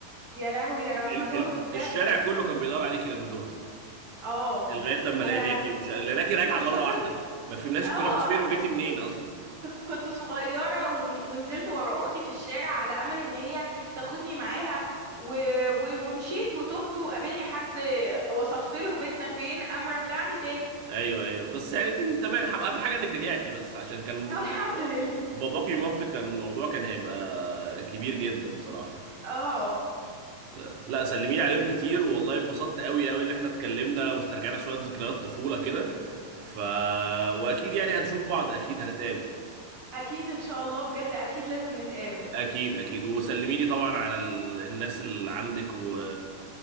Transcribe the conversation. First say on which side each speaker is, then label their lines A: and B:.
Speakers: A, on the right; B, on the right.
A: يا لهوي ده انا
B: ال...
A: لما تهت
B: ال...
A: بجد
B: الشارع كله كان بيدور عليكي لما تهتي
A: اه
B: لغايه لما لقيناكي
A: انا
B: وش... لقيناكي راجعه
A: بس
B: مره
A: اصلا
B: واحده ما فهمناش
A: اه
B: انت رحتي
A: انا
B: فين
A: ك-
B: وجيتي منين اصلا
A: كنت صغيره ون- ونزلت ورا اختي في الشارع على امل ان هي تاخدني معاها و... و... ومشيت وتهت وقابلني حد وصفت له بيتنا فين قام رجعني تاني
B: ايوه ايوه بس يعني تمام ح- اهم حاجه انك رجعتي بس عشان كان
A: <laughs> الحمد
B: ب- ب-
A: لله
B: باباكي ومامتك كان الموضوع كان هيبقى كبير جدا بصراحه
A: اه
B: لا لا سلمي لي عليهم كتير والله اتبسطت قوي قوي اللي احنا اتكلمنا واسترجعنا شويه ذكريات طفوله كده ف واكيد يعني هنشوف بعض اكيد هنتقابل
A: اكيد ان شاء الله بجد اكيد لازم نتقابل
B: اكيد اكيد وسلمي لي طبعا على ال- الناس اللي عندك و...